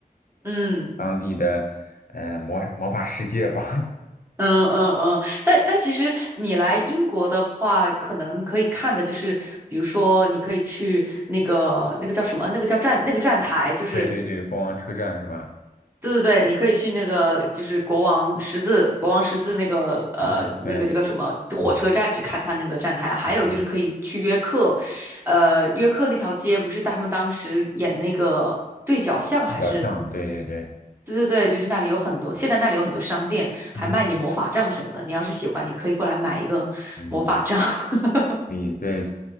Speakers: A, on the right; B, on the left.
A: 嗯
B: 当地的呃魔魔法世界吧。
A: 嗯嗯嗯，但但其实你来英国的话，可能可以看的就是，比如说你可以去那个那个叫什么，那个叫站那个站台，
B: <laughs>
A: 就是
B: 对对对，国王车站是吧？
A: 对对对，你可以去那个就是国王十字国王十字那个呃那个这个什么火车站去看他那个站台，
B: 车站对，
A: 还有就是可以去约克，
B: 嗯，嗯
A: 呃约克那条街不是他们当时演那个对角巷还是
B: 比较像，对对对，
A: 对对对，就是那里有很多，现在那里有很多商店还卖你魔法杖什么的，
B: 嗯。
A: 你要是喜欢，你可以过来买一个魔法杖。
B: 嗯
A: <laughs>
B: 可以，对，